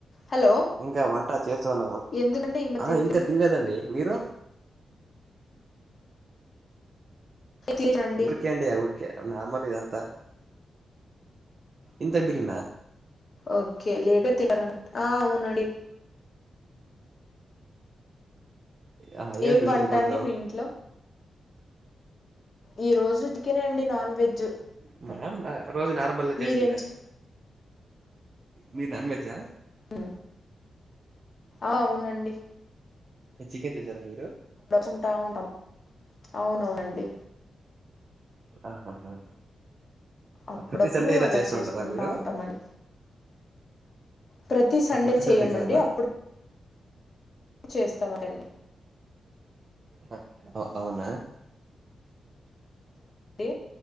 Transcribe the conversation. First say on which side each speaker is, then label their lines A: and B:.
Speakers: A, on the left (about 35°); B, on the right (about 35°).
A: హలో
B: ఇంకా వంట చేస్తు ఉన్నాను
A: ఎందుకండి తినలేదు
B: ఆ ఇంకా తిన్లేదండి మీరు
A: తినండి
B: ఉర్కే అండియా ఉర్కె నార్మాల్ ఇద అంత ఇంతే బిలిందా
A: ఓకే లేటే తిన్నరన్న ఆ అవునండి
B: ఆ,
A: ఏం
B: స్పెషల్
A: వంట
B: ఈ పొద్దు
A: అండి మీ ఇంట్లో ఈ రోజు చికినే అండి నాన్ వెజ్
B: <unintelligible> ఆ రోజు నార్మల్ గా
A: మీరేం
B: చేసేదే
A: చే
B: మీ నాన్ వెజా
A: ఉ అ అవునండి
B: చికెన్ చేసారా మీరో
A: <inaudible> ఉంటాం అవునవునండి
B: ఆహాహా
A: అప్పుడప్పుడు
B: ప్రతి సండే ఇలా
A: అలా
B: చేస్తూంటారా
A: చేసుకుంటా
B: మీరు
A: ఉంటామండి ప్రతి సండే
B: ప్రతి
A: చెయమండి
B: కాదా
A: అప్పుడు చేస్తామండి
B: అ అ అవునా
A: డి